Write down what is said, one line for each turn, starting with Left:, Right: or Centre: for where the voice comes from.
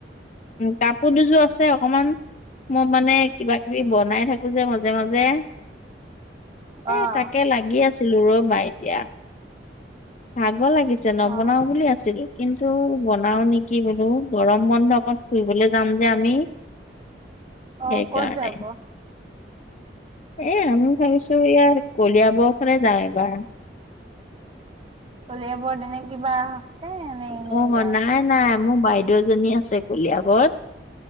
Left: উ কাপো দুযো আছে অকমান ম মানে কিবা কিবি বনাই থাকোঁ যে মাজে মাজে। এ,
Right: অ'।
Left: তাকে লাগি আছিলোঁ ৰ'বা এতিয়া ভাগ লাগিছে নবনাওঁ
Right: অ',
Left: বুলি আছিলোঁ কিন্তু বনাওঁ নিকি বোলো গৰম বন্ধ অকন ফুৰিবলে যাম যে আমি
Right: অ',
Left: সেইকাৰণে
Right: ক'ত যাব?
Left: এ, আমি ভাবিছোঁ ইয়াৰ কলিয়াব্ ফালে যাই এইবাৰ।
Right: কলিয়াবৰত এনে কিবা আছে নে এনে
Left: অ
Right: যায়?
Left: নাই নাই মো বাইদেউ এজনী আছে কলিয়াবত।